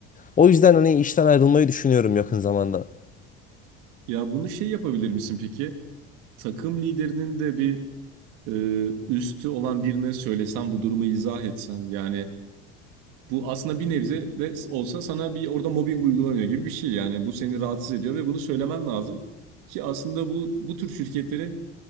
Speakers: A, on the left; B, on the right.
A: O yüzden hani işten ayrılmayı düşünüyorum yakın zamanda.
B: Ya bunu şey yapabilir misin peki? Takım liderinin de bir e, üstü olan birine söylesen bu durumu izah etsen yani Bu aslında bir nebze de olsa sana bir orada mobbing uygulanıyor gibi bir şey. Yani bu seni rahatsız ediyor ve bunu söylemen lazım. Ki aslında bu bu tür şirketlerin